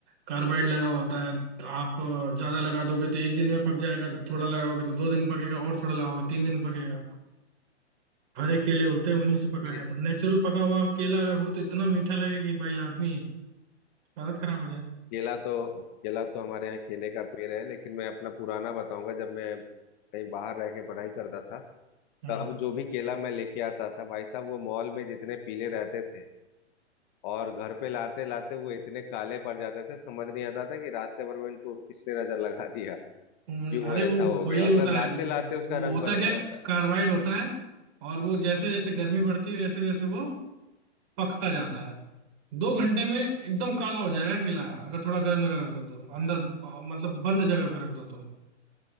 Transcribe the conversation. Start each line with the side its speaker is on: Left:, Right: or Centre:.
Right: कार्बाइड लगा होता है तो आप अ, ज्यादा लगा दोगे तो एक दिन में पक जाएगा थोड़ा लगाओगे तो दो दिन पकेगा और थोड़ा लगाओगे तीन दिन पकेगा हरे केले होते हैं उन्हीं से पकाया
Left: ये
Right: जाता है नेचुरल पका हुआ केला अगर हो तो इतना मीठा लगेगा कि भाई आदमी हालत खराब हो
Left: केला तो केला तो हमारे यहाँ केले का पेड़ है लेकिन मैं अपना पुराना बताऊंगा जब मैं कहीं बाहर रह के पढ़ाई करता था
Right: जाए
Left: तब जो भी केला मैं लेके आता था भाई साहब वो मॉल में जितने पीले रहते थे और घर पे लाते लाते वो इतने काले पड़ जाते थे समझ नहीं आता था कि रास्ते भर में इनको किसने नजर लगा दिया
Right: हम्म,
Left: क्यों
Right: अरे
Left: ऐसा
Right: वो
Left: हो
Right: वही
Left: गया
Right: होता
Left: मतलब लाते
Right: है
Left: लाते उसका
Right: वो
Left: रंग
Right: होता
Left: बदल
Right: क्या
Left: जाता है
Right: कार्बाइड होता है और वो जैसे जैसे गर्मी बढ़ती है वैसे वैसे वो पकता जाता है दो घंटे में एकदम काला हो जाएगा किला अगर थोड़ा गर्म जगह रख दो तो अंदर
Left: हाँ
Right: अ, मतलब बंद जगह पे रख दो तो